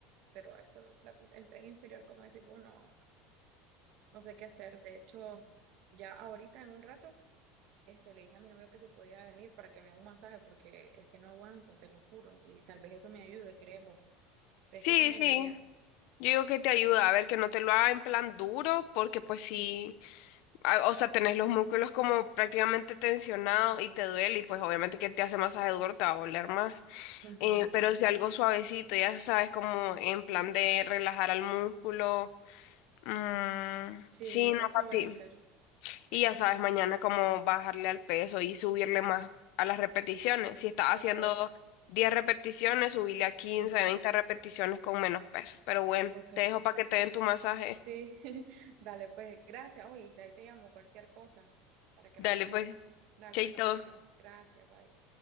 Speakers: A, on the right; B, on the left.
A: pero eso, la- el tren inferior, como decir, bueno, no sé qué hacer. De hecho, ya ahorita en un rato, este, le dije a mi novio que se podía venir para que me haga un masaje, porque es que no aguanto, te lo juro. Y tal vez eso me ayude, ¿crees vos? ¿Crees
B: Sí,
A: que eso me
B: sí.
A: ayudaría?
B: Yo digo que te ayuda a ver que no te lo haga en plan duro, porque pues sí. ah, o sea, tenés los músculos como prácticamente tensionados y te duele y pues obviamente que te hace masaje duro te va a doler más.
A: Ujú.
B: Eh, pero si algo suavecito, ya sabes, como en plan de relajar al músculo. mm,
A: Sí,
B: sí, no
A: eso
B: para
A: voy
B: ti.
A: a hacer.
B: Y ya sabes,
A: Es-
B: mañana como bajarle al peso y subirle más a las repeticiones. Si estás
A: Ok,
B: haciendo 10 repeticiones, subirle a quince
A: Ujú.
B: 20 repeticiones con menos peso. Pero bueno,
A: ok. Eh,
B: te dejo para que te den tu masaje.
A: Sí, <laughs> dale, pues gracias. Oye, ahí te llamo cualquier cosa para que
B: Dale
A: me aconsejes.
B: pues,
A: Dale,
B: chaito.
A: pues nos vemos. Gracias, bye.